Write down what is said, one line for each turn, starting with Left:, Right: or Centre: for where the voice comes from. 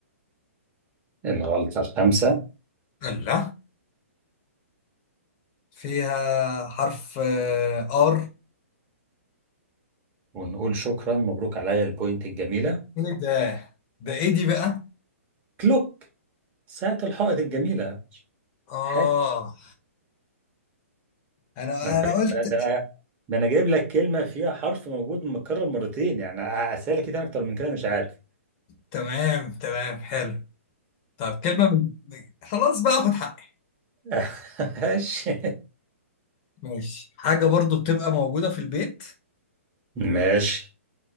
Right: الغلطة الخامسة
Left: لا فيها حرف ار
Right: ونقول شكرا مبروك عليا البوينت الجميلة
Left: ايه ده ده ايه دي بقى
Right: كلوك ساعة الحائط الجميلة
Left: اه
Right: حاجة
Left: انا
Right: ده انا
Left: انا قلت
Right: ده ده أنا جايب لك كلمة فيها حرف موجود متكرر مرتين يعني اسألك ايه تاني اكتر من كده مش عارف
Left: تمام تمام حلو طب كلمة من... خلاص بقى خد حقي
Right: <laughs> ماشي
Left: ماشي حاجة برضو بتبقى موجودة في البيت
Right: ماشي